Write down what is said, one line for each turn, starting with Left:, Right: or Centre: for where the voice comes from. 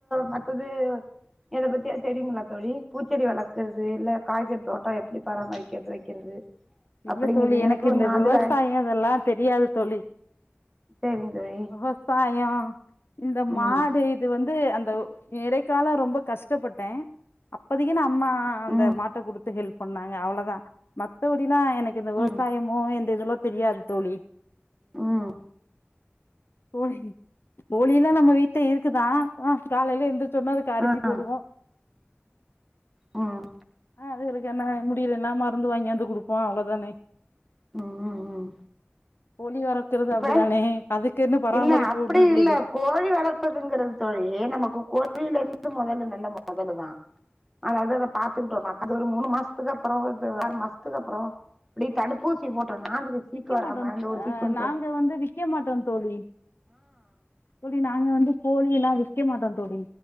Centre: மத்தது எத பத்தியாவுது தெரியுங்களா தோழி பூச்செடி வளர்க்குறது இல்ல காய்கறி தோட்டம் எப்படி பராமரிக்கிறது வைக்கிறது
Left: இல்ல
Centre: அப்படிங்கிறது
Left: தோழி எனக்கு
Centre: கொஞ்சம்
Left: இந்த விவசாயம்
Centre: அதுல
Left: இதெல்லாம் தெரியாது தோழி
Centre: சரிங்க தோழி
Left: விவசாயோ இந்த மாடு
Centre: ம்
Left: இது வந்து அந் இடைக்காலம் ரொம்ப கஷ்டப்பட்டேன் அப்பதைக்கு நா அம்மா அந்த
Centre: ம்
Left: மாட்ட கொடுத்து ஹெல்ப் பன்னாங்க அவ்வளோதான் மத்த எனக்கு இந்த விவசாயமோ
Centre: ம்
Left: இதெல்லாம் தெரியாது தோழி
Centre: ஹம்
Left: போகி போ ல்லாம் நம்ம வீட்ட இருக்குதான் காலேயில ஏந்திரிச் சொன்ன அதுக்கு அரிசி
Centre: ஆ
Left: போடுவோம்
Centre: ம் ம்
Left: ஆஹ் அதுகளுக்கு என்ன முடியலன மருந்து வாங்கியாந்து குடுப்போம் ஹா அவ்ளோ தானே
Centre: உஹ்ம்ம்
Left: <unintelligible>
Centre: இப்ப
Left: அப்டிதானே அதுக்கு என்ன பராமரிப்பு
Centre: இல்ல அப்படி
Left: ஒண்ணு இல்லையே
Centre: இல்ல கோழி வளர்ப்பதுங்கிறது தோழி நமக்கு கோழில இருந்து முதலு நல்ல முதலு தான் அதாவது அத பாத்துக்கிட்டோம்னா அது ஒரு மூணு மாசத்துக்கு அப்புறம் ஆறு மாசத்துக்கு அப்புறம் இப்பிடி தடுப்பூசி போட்டு டோனா அதுக்கு சீக்கு
Left: விக்க
Centre: வராம
Left: மாட்டோ
Centre: இந்த ஒரு
Left: அ
Centre: சீக்க
Left: நாங்க வந்து விக்க மாட்டோம் தோழி தோழி நாங்க வந்து கோழி எல்லாம் விக்க மாட்டம் தோழி